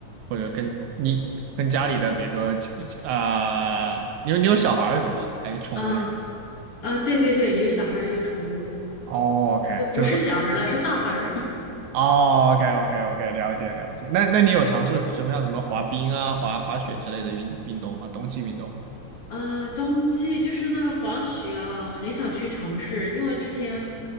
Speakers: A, on the right; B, on the left.
A: 或者跟你跟家里的，比如说啊、呃你有你有小孩儿什么吗？还是宠物什么的？
B: 啊啊，对对对，有小孩儿有宠物，
A: 哦，OK，
B: 呃，就不是小孩儿了，
A: 就是
B: 是大孩儿。
A: 哦，OK，OK，OK，了解了解。那那你有尝试什么像什么滑冰啊、滑滑雪之类的运运动吗？冬季运动吗？
B: 啊，冬季就是那个滑雪啊，很想去尝试，因为之前